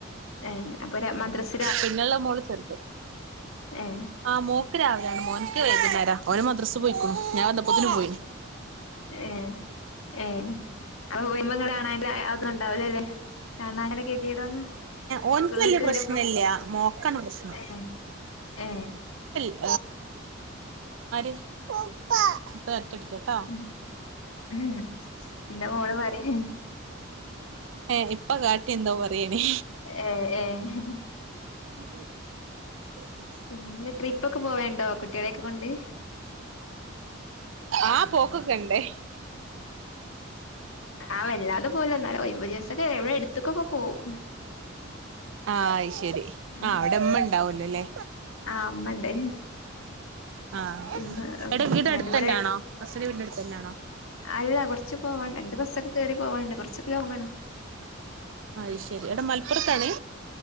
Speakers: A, on the left; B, on the right.
A: ഏഹ് അപ്പൊ ര- മദ്രസ
B: പിന്നെ ഉള മോള്. ചെറിയത
A: ഏ
B: ആഹ മോക്ക് രാവിലെയാണ് മോനക്ക് വൈകുന്നേരം അവര് മദ്രസ് പോയിക്കു ഞാൻ വന്തപ്പത്തിന് പോയി
A: ഏ ഏ അപ്പ വിമങ്ങ കാണല്ല അത്? ഉണ്ടാവലേ അല്ലേ കാരണം അങ്ങനൊ കെഎതിടന്ന്
B: ഓൻക്ക്
A: കെട്ട്
B: വല്യ പ്രശ്നല്ല
A: വരുമ്പോ
B: മോക്കാണ് പ്രശ്നം
A: ഏ ഏ
B: അര് ഉപപ ഉപപ അടികം കേട്ടോ
A: ഉം ഉം. എന്റെ മോള് പറയും
B: ഏ ഇപ്പൊ കാട്ടി എന്തോ പറയണേ
A: ഏഹ് ഏഹ്
B: ഇത ഓക്കെ
A: പിന്നെ ട്രിപ്പ് ഒക്കെ പോവണ്ടോ കുട്ടികളെയൊക്കെ കൊണ്ട്
B: ആ പോക്കൊക്കെണ്ടേ
A: ആ വല്ലാതെ പോവൂല എന്നാലും ഒരുസൊക്കെ ഇവിടെ അ ടുത്തക്കൊക്കെ പോവും
B: ആഹ് അയ്‌ ശരി
A: ഉം
B: ആ അവിടെമ്മ
A: ഉം
B: ഉണ്ടാവോല്ലോ അല്ലേ
A: ആ അമ്മണ്ട്
B: ആഹ
A: ഇമ്മ എന്നാലും
B: എടെ വീടെ അടുത്ത്
A: ഇവിടെ
B: തന്നെയാണൊ ഹസ്സിന്റെ വീടിനടുത്തന്നെയാണൊ
A: അല്ല കുറച്ച് പോവാണ്ട് രണ്ട് ബസ്സൊക്കെ കയറി പോവാണ്ട് കൊ റച്ചൊക്കെ ലോങ്ങാണ്
B: അത് ശരി എവിട മലപ്പുറത്താണെ